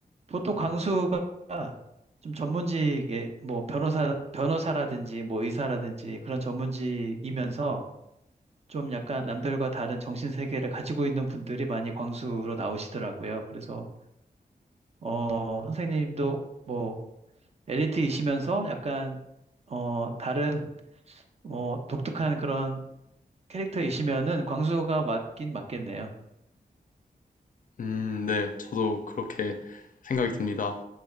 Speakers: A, on the right; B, on the left.
A: 보통 광수가 좀 전문직에 뭐 변호사 변호사라든지 뭐 의사라든지 그런 전문직이면서 좀 약간 남들과 다른 정신 세계를 가지고 있는 분들이 많이 광수로 나오시더라고요. 그래서 어 선생님도 뭐 엘리트이시면서 약간 어 다른 뭐 독특한 그런 캐릭터이시면은 광수가 맞긴 맞겠네요.
B: 음, 네, 저도 그렇게 생각이 듭니다.